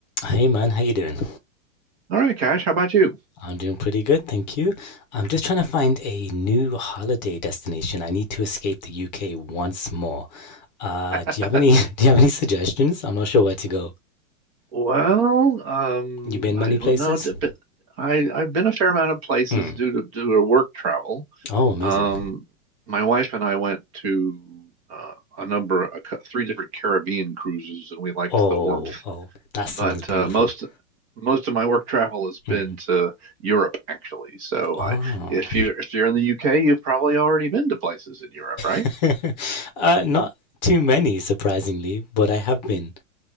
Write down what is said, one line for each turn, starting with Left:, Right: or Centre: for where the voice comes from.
Left: Hey man, how you doing?
Right: All right, Cash, how about you?
Left: I'm doing pretty good, thank you. I'm just trying to find a new holiday destination. I need to escape the UK once more. Uh,
Right: <laughs>
Left: do you have any <laughs> do you have any suggestions? I'm not sure where to go.
Right: Well, um,
Left: You been many
Right: I don't
Left: places?
Right: know, d- but I I've been a fair amount of places
Left: Mm.
Right: due to due to work travel.
Left: Oh, amazing.
Right: Um, my wife and I went to uh, a number, a, cou- three different Caribbean cruises, and we liked
Left: Oh,
Right: the warmth.
Left: oh, that
Right: But
Left: sounds beautiful.
Right: uh, most most of my work travel has been
Left: Mm.
Right: to Europe, actually. So
Left: Oh.
Right: I, if you if you're in the UK, you've probably already been to places in Europe, right?
Left: <laughs> Uh, not too many, surprisingly, but I have been.